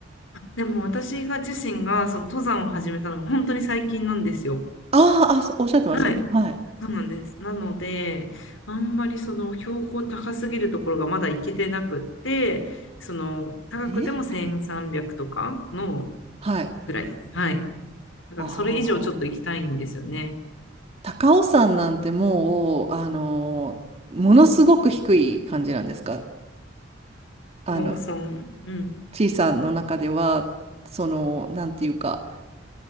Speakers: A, on the left; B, on the right.
A: でも私が自身がその登山を始めたのが本当に最近なんですよ。
B: あーあ、そうおっしゃってましたね。
A: はい、
B: はい。
A: そうなんです。なので、あんまりその標高高すぎるところがまだ行けてなくって、その高くても1300とかの
B: えはい。
A: ぐらいです。はい。だからそれ以上ちょっと行きたいんですよね。
B: ああ、高尾山なんてもう、あのーものすごく低い感じなんですかあの
A: おさん、うん。
B: ちいさんの中では、その、なんていうか、